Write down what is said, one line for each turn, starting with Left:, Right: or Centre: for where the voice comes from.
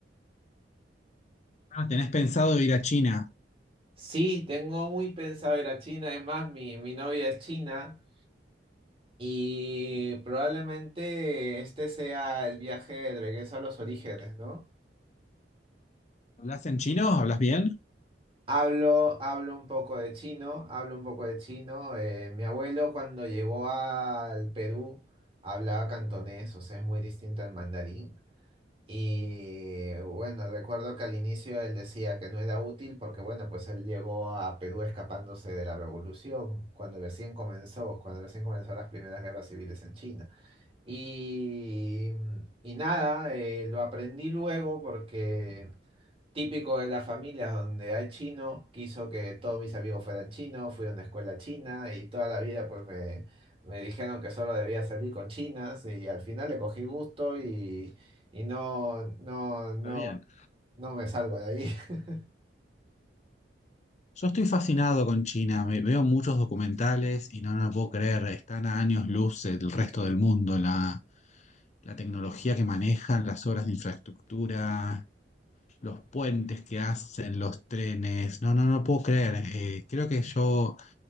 Left: Ah, ¿tenés pensado ir a China?
Right: Sí, tengo muy pensado ir a China. Es más, mi, mi novia es china y probablemente este sea el viaje de regreso a los orígenes, ¿no?
Left: ¿Hablas en chino? ¿Hablas bien?
Right: Hablo, hablo un poco de chino, hablo un poco de chino. eh, mi abuelo cuando llegó al Perú hablaba cantonés, o sea, es muy distinto al mandarín. Y bueno, recuerdo que al inicio él decía que no era útil porque bueno, pues él llegó a Perú escapándose de la revolución, cuando recién comenzó, cuando recién comenzó las primeras guerras civiles en China. Y, y nada, eh, lo aprendí luego porque... Típico de las familias donde hay chino, quiso que todos mis amigos fueran chinos, fui a una escuela china y toda la vida pues me, me dijeron que solo debía salir con chinas y al final le cogí gusto y, y no, no, no,
Left: Está bien.
Right: no me salgo de ahí. <laughs>
Left: Yo estoy fascinado con China. Me- veo muchos documentales y no, no puedo creer. Están a años luz del resto del mundo. La, la tecnología que manejan, las obras de infraestructura, los puentes que hacen, los trenes. No, no, no puedo creer. Eh, creo que yo,